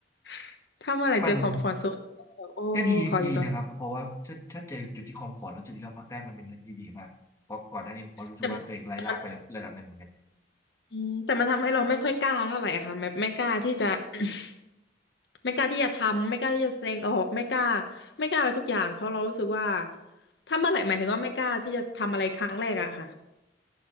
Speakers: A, on the left; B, on the left.
A: <laughs> ถ้าเมื่อไหร่เจอคอมฟอร์ตโซนแบบโอ้ขออยู่ตรง
B: มันก็ดีดีนะครับเพราะว่าถ้าถ้าเจอจุดที่คอมฟอร์ตแล้วจุดที่เราพักได้มันเป็นเรื่องที่ดีมากเพราะก่อนหน้านี้ผมก็รู้สึกว่าตัวเองไร้ลากไประดับหนึ่งเหมือนกัน
A: แต่แต่มัน อืมแต่มันทำให้เราไม่ค่อยกล้าเท่าไหร่อะค่ะแบบไม่กล้าที่จะ <coughs> ไม่กล้าที่จะทำไม่กล้าที่จะแสดงออกไม่กล้าไม่กล้าไปทุกอย่างเพราะเรารู้สึกว่าถ้าเมื่อไหร่หมายถึงว่าไม่กล้าที่จะทำอะไรครั้งแรกอะค่ะ